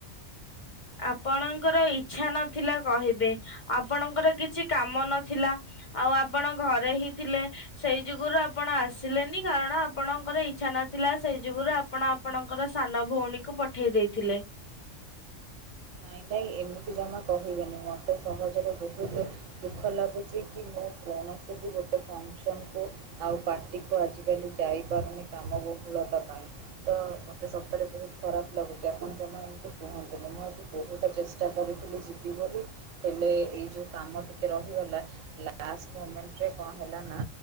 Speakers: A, on the left (about 45°); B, on the right (about 75°).
A: ଆପଣଙ୍କର ଇଚ୍ଛା ନଥିଲା କହିବେ ଆପଣଙ୍କର କିଛି କାମ ନଥିଲା। ଆଉ ଆପଣ ଘରେ ହିଁ ଥିଲେ। ସେଇ ଯୁଗୁରୁ ଆପଣ ଆସିଲେନି କାରଣ ଆପଣଙ୍କର ଇଚ୍ଛା ନଥିଲା ସେଇ ଯୁଗୁରୁ ଆପଣ ଆପଣଙ୍କର ସାନ ଭୋଉଣୀକୁ ପଠେଇ ଦେଇଥିଲେ।
B: ନାଇଁ ନାଇଁ ଏମିତି ଜମା କହିବେନି ମତେ ସହଜରେ ବୋହୁତୁ ଦୁଃଖ ଲାଗୁଛି କି ମୁଁ କୌଣସି ବି ଗୋଟେ ଫକ୍ସନ୍ କୁ ଆଉ ପାର୍ଟିକୁ ଆଜିକାଲି ଯାଇପାରୁନି କାମ ବହୁଳତା ପାଇଁ। ତ ମତେ ସତରେ ବୋହୁତ ଖରାପ ଲାଗୁଚି ଆପଣ ଜମା ଏମିତି କୁହନ୍ତୁନି ମୁଁ ଆଜି ବୋହୁତ ଚେଷ୍ଟା କରିଥିଲି ଯିବି ବୋଲି ହେଲେ ଏଇ ଯେଉଁ କାମ ଟିକେ ରହିଗଲା। ଲାଷ୍ଟ ମୋମେଣ୍ଟରେ କଁ ହେଲା ନା